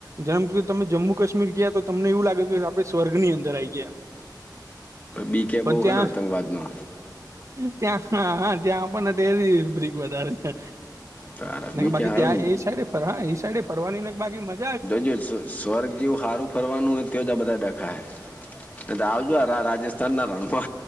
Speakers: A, on the right; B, on the left.
A: જેમ કે તમે જમ્મુ કાશ્મીર ગયા તો તમને એવું લાગે કે આપણે સ્વર્ગ ની અંદર આવી ગયા એમ.
B: બીકે
A: પણ
B: બહુ
A: ત્યાં.
B: હે ને આતંકવાદનો
A: ત્યાં હા હા ત્યાં આપણને તેરી બ્રક વધારે છે.
B: તારા
A: ને
B: બીકે
A: બાકી
B: સારું
A: ત્યાં એ સાઈડે ફર હા એ સાઈડે ફરવાની ને બાકી મસ્.
B: જોજ સ્વર્ગ જેવું સારું ફરવાનું હોય તો જ બધા દેખાય. એ આવજોાર રાજસ્થાન ના રણભો.